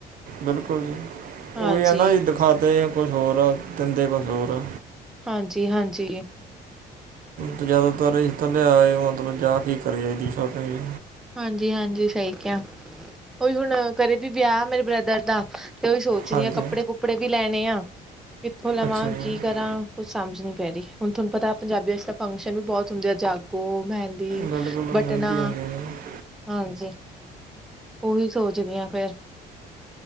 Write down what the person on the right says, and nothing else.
ਬਿਲਕੁਲ ਜੀ
ਉਹੀ ਹੈ, ਨਾ ਜੀ ਦਿਖਾਂਦੇ ਕੁਛ ਹੋਰ ਆ ਦਿੰਦੇ ਕੁਛ ਹੋਰ ਆ।
ਤੇ ਜਿਆਦਾਤਰ ਇਕ ਤਾਂ ਲਿਆਇਆ, ਮਤਲਬ ਜਾ ਕੇ ਕਰੇ ਇਹਦੀ ਸ਼ੋਪਿੰਗ
ਹਾਂਜੀ
ਅੱਛਾ ਜੀ
ਬਿਲਕੁਲ
ਮਹਿੰਦੀ ਹਾਂਜੀ ਹਾਂਜੀ